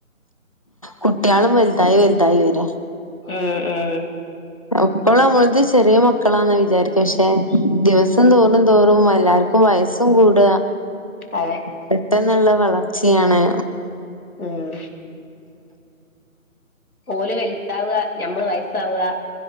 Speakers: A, on the left; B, on the left.
A: കുട്ടികളും വലുതായി വലുതായി വരാ
B: ഉം ഉം
A: എപ്പോളും നമ്മളത് ചെറിയ മക്കളാന്ന വിചാരിക്ക പക്ഷെ ദിവസം തോറും തോറും എല്ലാർക്കും വയസ്സും കൂട
B: അതെ
A: പെട്ടെന്നുള്ള വള വളർച്ചയാണ്
B: ഉം ഓലും വലുതാവ ഞമ്മള് വയസ്സാവ